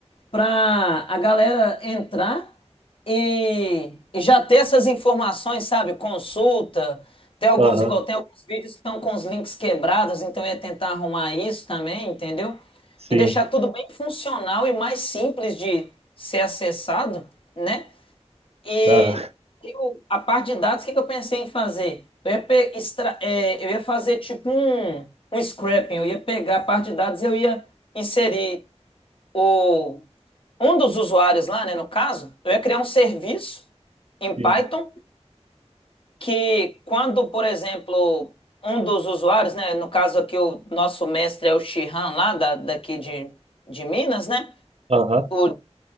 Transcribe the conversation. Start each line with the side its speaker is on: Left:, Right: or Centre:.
Left: pra a galera entrar e, e já ter essas informações, sabe? Consulta, tem alguns,
Right: aham,
Left: igual tem alguns vídeos que estão com os links quebrados, então eu ia tentar arrumar isso também, entendeu?
Right: sim,
Left: E deixar tudo bem funcional e mais simples de ser acessado, né? E
Right: aham,
Left: tem o- a parte de dados, o que que eu pensei em fazer? Eu ia, pe- extra- é, eu ia fazer tipo um, um scraping, eu ia pegar a parte de dados e eu ia inserir o, um dos usuários lá, né, no caso, eu ia criar um serviço em Python
Right: sim,
Left: que quando, por exemplo, um dos usuários, né, no caso aqui o nosso mestre é o Shihan lá da, daqui de, de Minas, né,
Right: aham.
Left: o